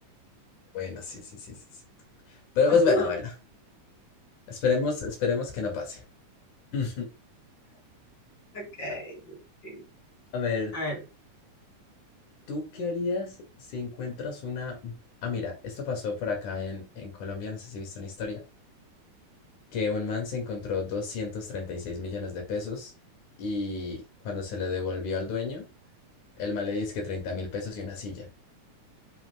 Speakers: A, on the left; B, on the left.
A: Bueno, sí, sí, sí, sí. sí. Pero
B: <laughs>
A: pues bueno, bueno. Esperemos, esperemos que no pase. <laughs>
B: Ok.
A: A
B: ok.
A: a ver,
B: A ver,
A: ¿tú qué harías si encuentras una... Ah, mira, esto pasó por acá en, en Colombia, no sé si viste una historia. que un man se encontró 236 millones de pesos y cuando se le devolvió al dueño, el man le dice que treinta mil pesos y una silla.